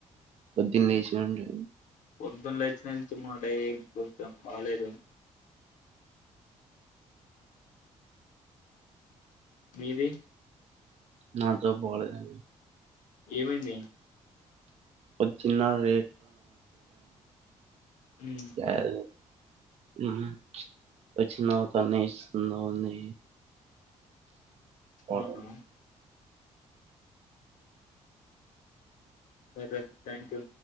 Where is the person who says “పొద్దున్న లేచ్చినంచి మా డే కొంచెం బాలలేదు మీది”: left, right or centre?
Left